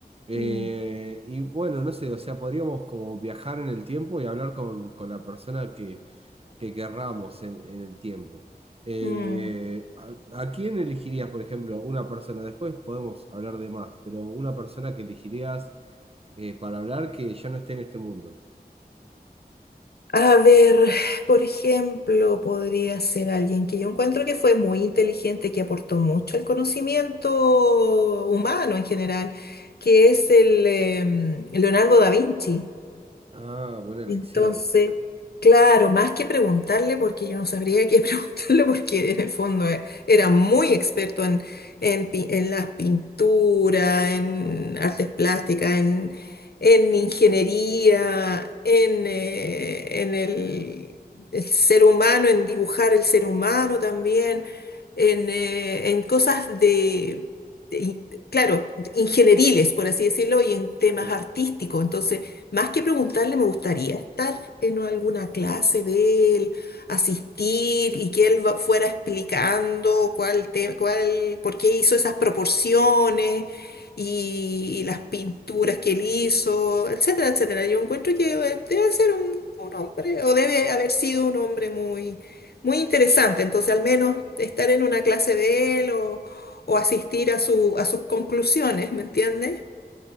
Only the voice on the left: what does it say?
Mm,
Mm.
A ver, por ejemplo, podría ser alguien que yo encuentro que fue muy inteligente, que aportó mucho al conocimiento humano en general, que es el em, Leonardo da Vinci.
Entonces, claro, más que preguntarle, porque yo no sabría qué <laughs> preguntarle, porque en el fondo eh, era muy experto en, en, pi- en las pinturas, en artes plásticas, en, en ingeniería, en, eh, en el, el ser humano, en dibujar el ser humano también, en, eh, en cosas de, de in- claro, ingenieriles, por así decirlo, y en temas
artísticos. Entonces, más que preguntarle, me gustaría estar en alguna clase de él, asistir y que él va- fuera explicando cuál te- cuál, por qué hizo esas proporciones y, y las pinturas que él hizo, etcétera, etcétera. Yo encuentro que eh, debe ser un, un hombre o debe haber sido un hombre muy, muy interesante. Entonces, al menos estar en una clase de él o, o asistir a su, a sus conclusiones, ¿me entiendes?